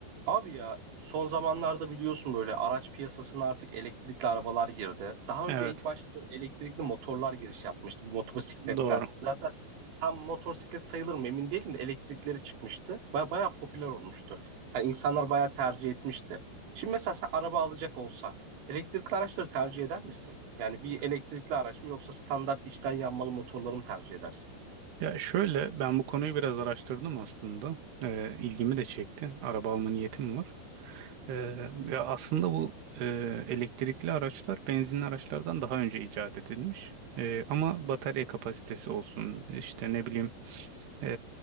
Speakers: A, on the right (about 90°); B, on the right (about 70°).
A: Abi ya son zamanlarda biliyorsun böyle araç piyasasına artık elektrikli arabalar girdi. Daha önce
B: Evet,
A: ilk başta böyle elektrikli motorlar giriş yapmıştı bu motosikletler.
B: doğru.
A: Zaten tam motosiklet sayılır mı emin değilim de elektrikleri çıkmıştı. Baya, bayağı popüler olmuştu. Hani insanlar bayağı tercih etmişti. Şimdi mesela sen araba alacak olsan elektrikli araçları tercih eder misin? Yani bir elektrikli araç mı yoksa standart içten yanmalı motorları mı tercih edersin?
B: Ya şöyle ben bu konuyu biraz araştırdım aslında. Ee, ilgimi de çekti. Araba alma niyetim var. Ee, ya aslında bu e, elektrikli araçlar benzinli araçlardan daha önce icat edilmiş. Ee, ama batarya kapasitesi olsun, işte ne bileyim e,